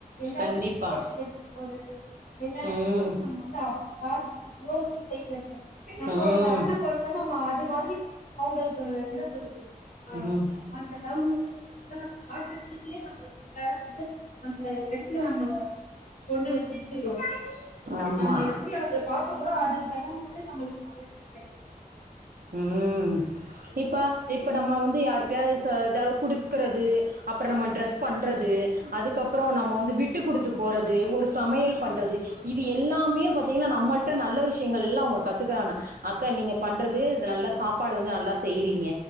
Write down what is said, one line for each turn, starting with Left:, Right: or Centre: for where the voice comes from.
Left: எல்லாத்லயு
Right: கண்டிப்பா
Left: சேத்து எடுத்து போறது எல்லா
Right: ம்
Left: எடத்துலயு நம்ம வந்து அவுங்க ள யோசிச்சு செய்றது நம்ம
Right: ம்
Left: ஒரு அண்ண கொழந்த நம்ம அது மாதிரி அவுங்களுக்கு என்ன சொல்றது அ
Right: ம்
Left: அந்த லவ் அதெல்லா நம்ம காட்ற விதத்துலயே நம்மளுக்கு எல்லாரு வந்து அந்த எடத்துல நம்ம கொண்டு வந்து நிற்த்திருவாங்க
Right: ஆமா
Left: நம்ம எ. ப்ப பாத்துக்கூட அதுக்கு தகுந்த மாரி நம்மளுக்கு மரியாத தா கெடைக்கு
Right: ம் இப்ப இப்ப நம்ம வந்து யாருட்டயாது ச எதாது குடுக்கறது அப்பற நம்ம ட்ரெஸ் பண்றது அதுக்கப்பறோ நம்ம வந்து விட்டு குடுத்து போறது ஒரு சமயல் பண்றது இது எல்லாமே பாத்தீங்கனா நம்மள்ட்ட நல்ல விஷ்யங்கள் எல்லா அவுங்க கத்துக்கிறாங்க அத்த நீங்க பண்ற <unintelligible> து நல்ல சாப்பாடு வந்து நல்லா செய்யிறீங்க